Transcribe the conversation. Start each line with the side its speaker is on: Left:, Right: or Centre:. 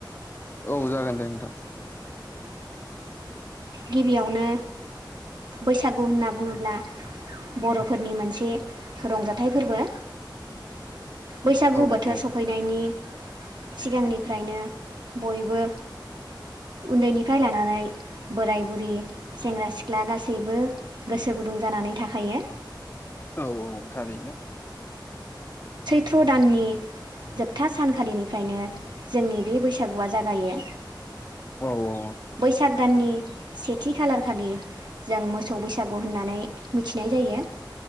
Left: औ जागोन दे नोंथां
Right: गिबियावनो बैसागु होनना बुङोब्ला बर'फोरनि मोनसे रंजाथाइ फोरबो बैसागु
Left: औ
Right: बोथोर
Left: औ
Right: सफैनायनि सिगांनिफ्रायनो बयबो उन्दैनिफ्राय लानानै बोराय बुरि सेंग्रा सिख्ला गासैबो गोसो गुदुं जानानै थाखायो।
Left: औ औ थारैनो।
Right: सैथ्र' दाननि जोबथा सानखालिनिफ्रायनो जोंनि बे बैसागुआ जागायो
Left: औ औ
Right: बैस साग दाननि सेथि खालारखालि जों मोसौ बैसागु होननानै मिथिनाय जायो।